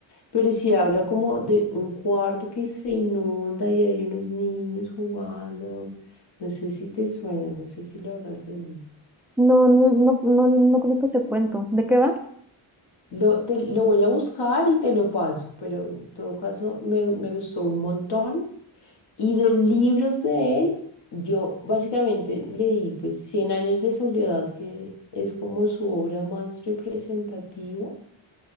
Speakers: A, on the left; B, in the centre.
A: Pero sí habla como de un cuarto que se inunda y hay unos niños jugando. No sé si te suena, no sé si lo habrás leído.
B: No, no, no, no, no conozco ese cuento. ¿De qué va?
A: Lo, te- lo voy a buscar y te lo paso, pero en todo caso me, me gustó un montón. Y de libros de él, yo básicamente leí pues Cien años de soledad, que es como su obra más representativa,